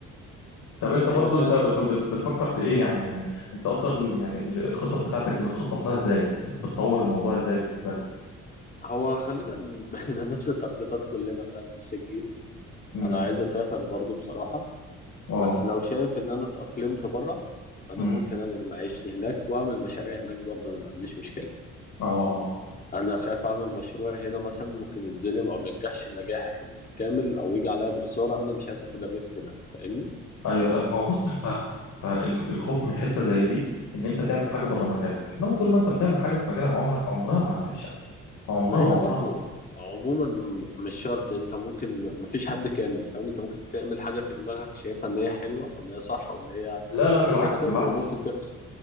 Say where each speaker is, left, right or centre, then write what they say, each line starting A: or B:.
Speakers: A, on the left; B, on the left.
A: طب انت برضو
B: هي فعلا
A: انت بت... بت... بتفكر في ايه يعني يعني انت اصلا يعني ال- الخطط بتاعتك دي بتخطط لها ازاي بت... بتطور الموضوع ازاي بالنسبه
B: هو غالبا <laughs> بقينا نفس التخطيطات كلنا فاهم نفس الجيل
A: لك
B: انا عايز اسافر برضو بصراحة
A: اه
B: بس لو شايف ان انا اتأقلمت بره انا
A: امم
B: ممكن انقل معيشتي هناك واعمل مشاريع هناك برضو انا ما عنديش مشكلة
A: اه اه
B: انا خايف اعمل مشروع هنا مثلا ممكن يتظلم او ما ينجحش النجاح الكامل او يجي عليا بخسارة انا مش عايز اخد الريسك ده فاهمني
A: ايوه لا ما هو بص انت انت ال- الخوف من حته زي دي ان انت تعمل حاجه بره مجالك انما طول ما انت بتعمل حاجه في مجالك عمرك عمرها ما هتفشل عمرها
B: ما هي
A: عمرها
B: برضو عموما مش شرط انت ممكن ما فيش حد كامل فاهم انت ممكن تعمل حاجة في دماغك شايفها ان هي حلوة وان هي صح وان هي
A: لا لا بالعكس
B: هتكسب
A: بالعكس
B: وممكن تخسر